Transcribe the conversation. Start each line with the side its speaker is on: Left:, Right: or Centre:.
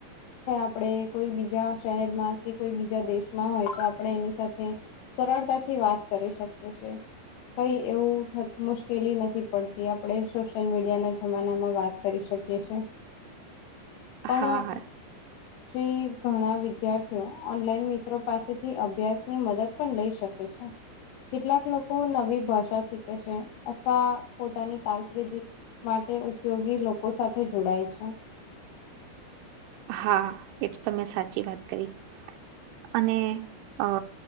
Left: કે આપણે કોઈ બીજા શહેરમાં કે કોઈ બીજા દેશમાં હોય તો આપડે એની સાથે સરળતાથી વાત કરી શકીએી કઈ એવું મુશ્કેલી નથી પરથી આપણે સોશિયલ મીડિયા ના જમાના માં વાત કરી શકીએી પણ
Right: હા
Left: ઘણા વિદ્યાર્થીઓ ઓનલાઈન મિત્રો પાસેથી અભ્યાસ ની મદદ પણ લઈ શકે છે કેટલાક લોકો નવી ભાષા શીખે છે. અથવા પોતાની કારકિર્દી માટે ઉપયોગી લોકો સાથે જોડાય છે
Right: હા એટ તમે સાચી વાત કરી અને અ